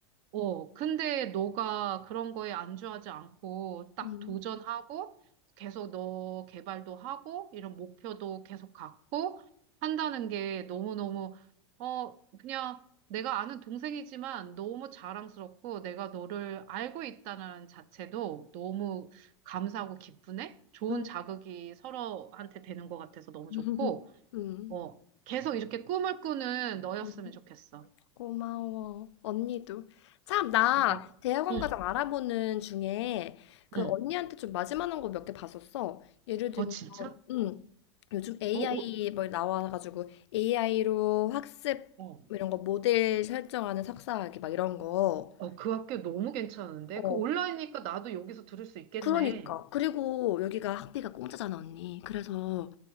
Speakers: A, on the right; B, on the left.
A: 어, 근데 너가 그런 거에 안주하지 않고 딱
B: 응응
A: 도전하고
B: 응
A: 계속 너 개발도 하고 이런 목표도 계속 갖고 한다는 게 너무너무, 어, 그냥 내가 아는 동생이지만 너무 자랑스럽고 내가 너를 알고 있다는 자체도 너무 감사하고 기쁘네? 좋은
B: 응
A: 자극이 서로한테 되는 것 같아서 너무 좋고,
B: 음, 음, 음.
A: 어, 계속 이렇게 꿈을 꾸는 너였으면
B: <laughs>
A: 좋겠어.
B: 고마워. 언니도. 참, 나
A: 근데,
B: 대학원
A: 응,
B: 과정 알아보는 중에 그
A: 응.
B: 언니한테 좀 맞을만한 거 몇 개 봤었어. 예를 들면,
A: 어, 진짜?
B: 음, 요즘 AI
A: 어, 오,
B: 뭐 나와가지고 AI로 학습
A: 어,
B: 뭐 이런 거 모델 설정하는 석사학위 막 이런 거.
A: 어, 그 학교 너무 괜찮은데?
B: 어,
A: 그 온라인이니까 나도 여기서 들을 수 있겠네.
B: 그러니까. 그리고 여기가 학비가 공짜잖아, 언니. 그래서,